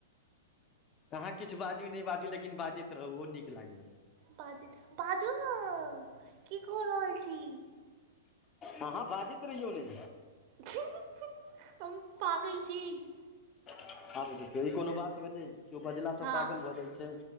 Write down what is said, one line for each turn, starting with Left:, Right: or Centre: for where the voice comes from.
Left: तऽ अहाँ किछु बाजू, नहि बाजू, लेकिन बाजैत रहू, ओ नीक लागैया।
Right: बाजू, बाजू ने की कऽ रहल छी।
Left: अहाँ बाजैत रहियौ ने।
Right: हीं -हीं हम पागल छी। <inaudible>
Left: अ तऽ देखियौ, ई कोनो बात भेलै? केओ बजलासँ
Right: हँ
Left: पागल भऽ जाइ छै,